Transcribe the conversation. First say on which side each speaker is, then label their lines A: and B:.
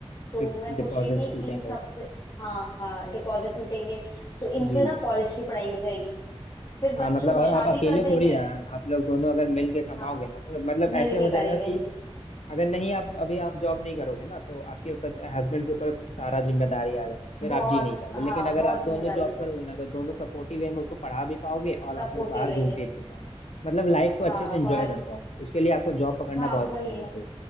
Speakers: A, on the left; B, on the left.
A: तो
B: फिक्स
A: मैं सोच
B: डिपॉजिट
A: रही थी
B: टूटेंगे
A: इन सब से हाँ हाँ डिपॉजिट टूटेंगे तो इनसे
B: जी
A: ना कॉलेज की पढ़ाई हो जाएगी फिर
B: हाँ
A: बच्चों
B: मतलब
A: की
B: और आप
A: शादी
B: अकेले
A: कर देंगे
B: थोड़ी ना हैं। आप लोग दोनों अगर मिल के कमाओगे
A: हाँ
B: ना तो मतलब
A: मिल
B: ऐसे
A: के
B: हो
A: करेंगे
B: जाएगा कि अगर नहीं आप अभी आप जॉब नहीं करोगे ना तो आपके ऊपर हस्बैंड के ऊपर सारा जिम्मेदारी आ जाएगा फिर
A: बहुत
B: आप जी नहीं पाओगे
A: हाँ
B: लेकिन अगर
A: बहुत
B: आप दोनों
A: जिम्मेदारी
B: जॉब करोगे ना तो दोनों सपोर्टिव वे में उसको पढ़ा भी पाओगे और आप
A: सपोर्टिव
B: लोग बाहर
A: रहेंगे
B: घूम फिर भी पाओगे मतलब लाइफ को अच्छे
A: हाँ
B: से एंजॉय
A: बाहर
B: कर पाओगे उसके लिए आपको जॉब पकड़ना
A: हाँ
B: बहुत
A: वही
B: अनिवार्य
A: है
B: है